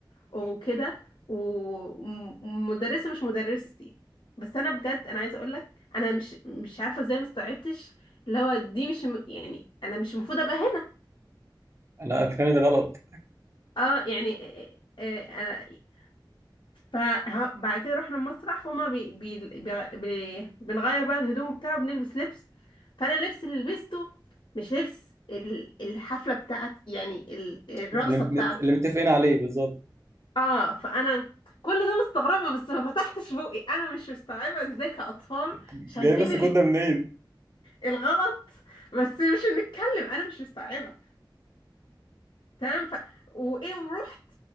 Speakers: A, on the left; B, on the right.
A: وكده ومدرسه مش مدرستي بس انا بجد انا عايزه اقول لك انا مش مش عارفه ازاي ما استوعبتش اللي هو دي مش م- يعني انا مش المفروض ابقى هنا
B: أنا أفكاري غلط
A: اه يعني آه، آه، انا فبعد كده رحنا المسرح فما بي بي بي بي بنغير بقى الهدوم بتاعه بنلبس لبس فانا اللبس اللي لبسته مش لبس ال- الحفله بتاعتي يعني ال- الرقصه
B: اللي
A: بتاعتي
B: اللي متفقين عليه بالظبط
A: اه فانا كل ده مستغربه بس ما فتحتش بوقي انا مش مستوعبه ازاي كاطفال
B: جاي
A: شايفين
B: بس
A: ال-
B: كنت ده منين
A: الغلط بس مش هنتكلم انا مش مستوعبه تمام ف... وايه ورحت